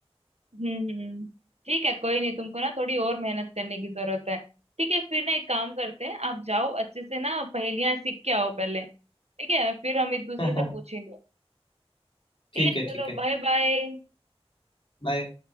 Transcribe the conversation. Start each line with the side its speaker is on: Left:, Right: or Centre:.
Right: हम्म हम्म। ठीक है कोई नहीं तुमको ना थोड़ी और मेहनत करने की जरूरत है ठीक है फिर ना एक काम करते हैं आप जाओ अच्छे से ना पहेलियां सीख के आओ पहले ठीक है फिर हम एक दूसरे
Left: <laughs>
Right: से पूछेंगे
Left: ठीक
Right: ठीक है चलो
Left: है ठीक है
Right: बाय बाय
Left: बाय